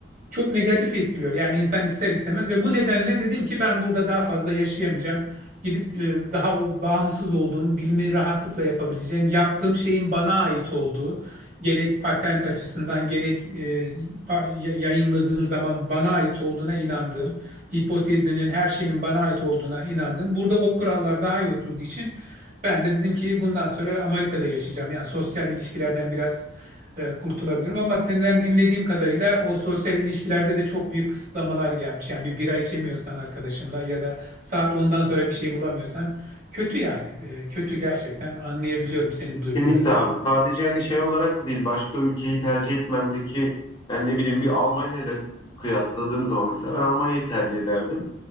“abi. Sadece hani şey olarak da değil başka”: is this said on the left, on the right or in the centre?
Left